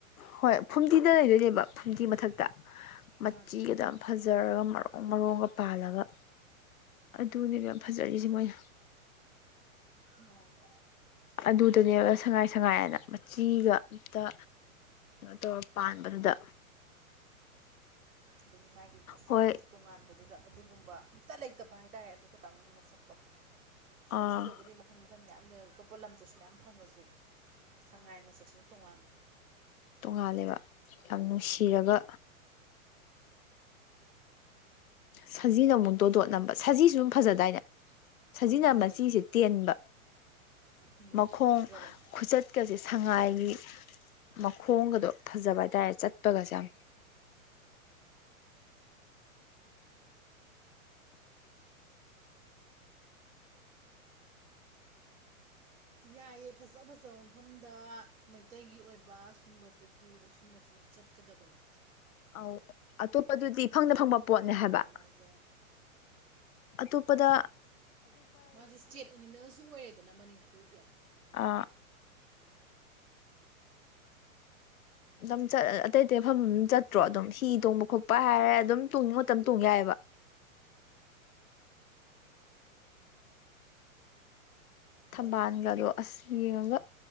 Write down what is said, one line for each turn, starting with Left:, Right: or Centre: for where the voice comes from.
Left: ꯍꯣꯏ ꯐꯨꯝꯗꯤꯗ ꯂꯩꯗꯣꯏꯅꯦꯕ ꯐꯨꯝꯗꯤ ꯃꯊꯛꯇ ꯃꯆꯤꯒꯗ
Right: ꯃꯥꯅꯦ
Left: ꯌꯥꯝ ꯐꯖꯩ ꯐꯖꯔꯒ ꯃꯔꯣꯡ ꯃꯔꯣꯡꯒ ꯄꯥꯜꯂꯒ ꯑꯗꯨꯅꯦꯕ ꯌꯥꯝ ꯐꯖꯔꯤꯁꯦ ꯃꯣꯏꯅ
Right: ꯃꯥꯅꯦ
Left: ꯑꯗꯨꯗꯅꯦꯕ ꯁꯉꯥꯏ ꯁꯉꯥꯏꯑꯅ ꯃꯆꯤꯒ ꯑꯝꯇ ꯠꯇꯣ ꯄꯥꯟꯕꯗꯨꯗ
Right: ꯑꯗꯒꯤ ꯃꯥꯒꯤ ꯃꯁꯛꯇꯨ
Left: ꯍꯣꯏ
Right: ꯇꯣꯉꯥꯟꯕꯗꯨꯗ ꯑꯗꯨꯒꯨꯝꯕ ꯑꯝꯇ ꯂꯩꯇꯕ ꯍꯥꯏꯇꯥꯔꯦ ꯑꯗꯨ ꯈꯇꯪ ꯃꯁꯛ ꯑꯣ
Left: ꯑꯥ
Right: ꯁꯖꯤꯗꯕꯨꯗꯤ ꯃꯈꯟ ꯃꯈꯟ ꯃꯌꯥꯝ ꯂꯩ ꯑꯇꯣꯞꯄ ꯂꯝꯗꯁꯨ ꯃꯌꯥꯝ ꯐꯪꯉꯁꯨ ꯁꯉꯥꯏ ꯃꯁꯛꯁꯤꯅ ꯇꯣꯉꯥꯟꯕ
Left: ꯇꯣꯉꯥꯜꯂꯦꯕ ꯌꯥꯝ ꯅꯨꯡꯁꯤꯔꯕ ꯁꯖꯤꯅ ꯑꯃꯨꯛ ꯇꯣꯗꯣꯠ ꯅꯝꯕ ꯁꯖꯤꯁꯨ ꯑꯗꯨꯝ ꯐꯖꯗꯥꯏꯅꯦ ꯁꯤꯖꯤꯟꯅ
Right: ꯐꯖꯕꯅꯦ
Left: ꯃꯆꯤꯁꯦ ꯇꯦꯟꯕ
Right: ꯎꯝ
Left: ꯃꯈꯣꯡ
Right: ꯐꯖꯕꯅꯦ
Left: ꯈꯨꯆꯠꯀꯁꯦ ꯁꯉꯥꯏ ꯒꯤ ꯃꯈꯣꯡꯒꯗꯣ ꯐꯖꯕ ꯍꯥꯏꯇꯥꯥꯔꯦ ꯆꯠꯄꯒꯁꯦ ꯌꯥꯝ
Right: ꯌꯥꯏꯑ ꯐꯖ ꯐꯖꯕ ꯃꯐꯝꯗ ꯃꯩꯇꯩꯒꯤ ꯑꯣꯏꯕ ꯁꯨꯝꯕꯁꯦ ꯁꯨꯝꯕꯁꯦ ꯆꯠꯀꯗꯕꯅꯤ
Left: ꯑ ꯑꯇꯣꯞꯄꯗꯨꯗꯤ ꯐꯪꯅ ꯐꯪꯕ
Right: ꯈꯇꯪ
Left: ꯄꯣꯠꯅꯦ
Right: ꯐꯪꯉꯦ
Left: ꯍꯥꯏꯕ
Right: ꯃꯥꯁꯦ
Left: ꯃꯄꯗ
Right: ꯃꯥꯁꯦ ꯏꯁꯇꯦꯠ ꯑꯦꯅꯤꯃꯦꯜꯁꯨ ꯑꯣꯏꯔꯦꯗꯅ ꯃꯅꯤꯄꯨꯔꯒꯤ
Left: ꯑꯥ ꯑꯗꯨꯝꯠ ꯑꯇꯩ ꯑꯇꯩ ꯃꯐꯝ ꯆꯠꯇ꯭ꯔꯣ ꯑꯗꯨꯝ ꯍꯤ ꯇꯣꯡꯕ ꯈꯣꯠꯄ ꯍꯥꯏꯔꯦ ꯑꯗꯨꯝ ꯇꯣꯡꯕ ꯃꯇꯝ ꯇꯣꯡ ꯌꯥꯏꯑꯕ <inaudible> ꯊꯝꯕꯥꯜꯒꯗꯣ ꯑꯁ ꯌꯦꯡꯉꯒ